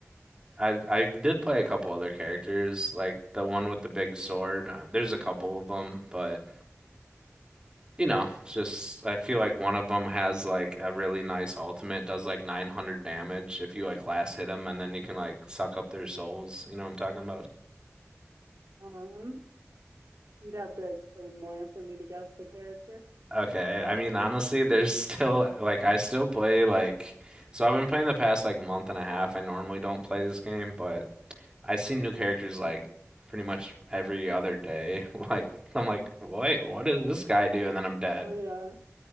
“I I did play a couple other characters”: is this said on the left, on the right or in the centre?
Right